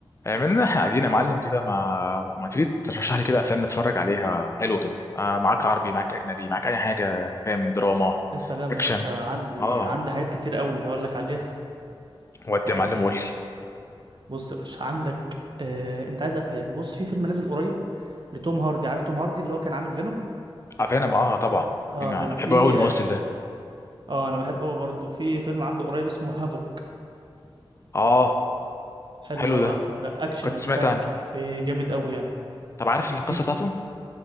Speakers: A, on the left; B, on the right.
A: عملنا احنا قاعدين يا معلم كده ما ما تيجي ترشح لي كده افلام نتفرج عليها حلو كده آه معاك عربي معاك اجنبي معاك اي حاجه فاهم دراما
B: يا سلام
A: اكشن
B: يا باشا عندي
A: اه
B: عندي حاجات كتير قوي هقول لك عليها
A: ودي
B: عادي
A: يا معلم قول لي
B: بص يا باشا عندك آه... انت عايز افلام بص في فيلم نازل قريب لتوم هاردي عارف توم هاردي اللي هو كان عامل فينوم
A: افلام اه طبعا
B: اه
A: مين ما
B: فينوم
A: أنا بحب
B: في
A: قوي الممثل ده
B: اه انا بحبه قوي برضه في فيلم عامله قريب اسمه هافوك
A: اه
B: حلو
A: حلو
B: قوي
A: ده
B: على فكرة اكشن
A: كنت
B: وبتاع
A: سمعت عنه
B: ومش عارف ايه جامد قوي يعني
A: طب عارف القصه
B: وفي
A: بتاعته